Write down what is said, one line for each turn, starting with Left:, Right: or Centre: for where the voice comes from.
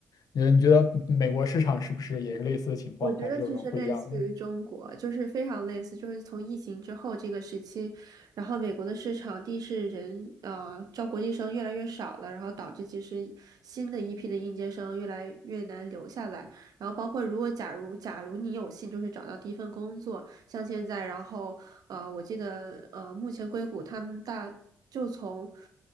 Left: 你你觉得美国市场是不是也是类似的情况，
Right: 我觉得其实类似于中国，
Left: 还是有什么不一样的？
Right: 就是非常类似，就是从疫情之后这个时期，然后美国的市场地是人呃招国际生越来越少了，然后导致其实新的一批的应届生越来越难留下来，然后包括如果假如假如你有幸就是找到第一份工作，像现在，然后呃，我记得呃，目前硅谷他们大就从